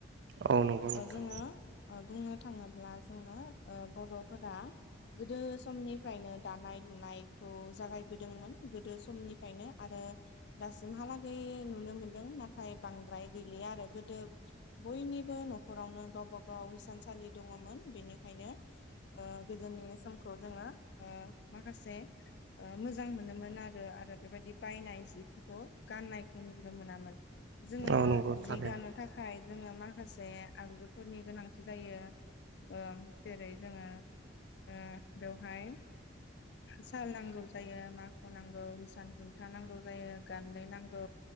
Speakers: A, on the right; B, on the left.
A: औ नंगौ नोंथां
B: ओ जोंङो ओ बुंनो थाङोब्ला जोंङो ओ बर'फोरा गोदो समनिफ्रायनो दानाय लुनायखौ जागायबोदोंमोन गोदो समनिफ्रायनो आरो दासिमहालागै नुनो मोनदों नाथाय बांद्राय गैलिया आरो गोदो बयनिबो न'खरावनो गावबा गाव हिसानसालि दङमोन बेनिखायनो ओ गोदोनि समखौ जोंङो ओ माखासे ओ मोजां मोनोमोन आरो आरो बेबायदि बायनाय जिफोरखौ गाननायखौ नुनो मोनामोन। जोंङो
A: औ नंगौ थारैनो
B: जि दानो थाखाय जोंनो माखासे आगजुफोरनि गोनांथि जायो ओ जेरै जोंङो ओ बेवहाय साल नांगौ जायो माखु नांगौ हिसान खुनथा नांगौ जायो गानदै नांगौ।